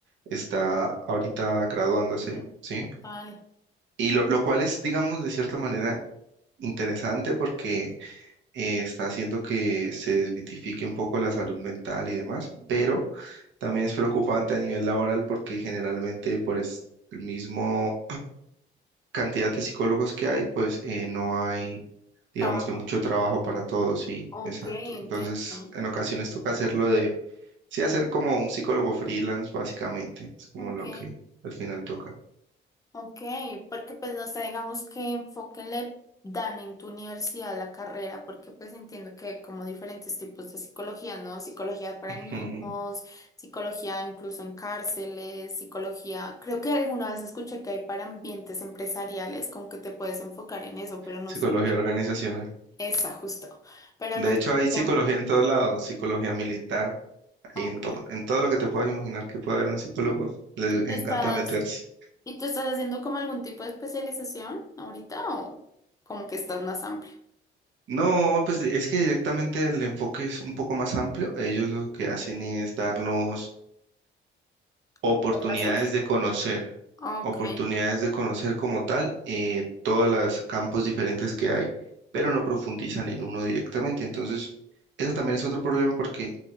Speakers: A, on the right; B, on the left.
A: está ahorita graduándose,
B: Ando,
A: ¿sí?
B: Total.
A: Y lo, lo cual es, digamos, de cierta manera interesante porque eh, está haciendo que se desmitifique un poco la salud mental y demás,
B: Ujú.
A: pero también es preocupante a nivel laboral porque generalmente por es- el mismo cantidad de psicólogos que hay, pues eh, no hay, digamos
B: ¿Trabajo?
A: que mucho trabajo para todos, sí,
B: Ok,
A: exacto.
B: entiendo.
A: Entonces, en ocasiones toca hacerlo de, sí, hacer como un psicólogo freelance, básicamente, es como
B: Ok,
A: lo que al final toca.
B: ok, porque pues no sé, digamos qué enfoque le dan en tu universidad a la carrera, porque pues entiendo que hay como diferentes tipos de psicología, ¿no? Psicología para
A: Ujú.
B: niños, psicología incluso en cárceles, psicología, creo que alguna vez escuché que hay para ambientes empresariales, como que te puedes enfocar en eso, pero no
A: Psicología
B: sé qué
A: organizacional.
B: está justo, pero
A: De
B: no
A: hecho,
B: sé,
A: hay psicología
B: digamos,
A: en todos lados, psicología militar, ahí
B: ok.
A: en todo, en todo lo que te puedas imaginar que pueda haber un psicólogo, les
B: ¿Y tú
A: encanta
B: estás...
A: meterse.
B: ¿Y tú estás haciendo como algún tipo de especialización ahorita o como que estás más amplio?
A: No, pues es que directamente el enfoque es un poco más amplio. Ellos lo que hacen es darnos oportunidades
B: ¿Lo haces?
A: de conocer,
B: Ok.
A: oportunidades de conocer como tal eh, todos los campos diferentes que hay, pero no profundizan en uno directamente. Entonces, eso también es otro problema porque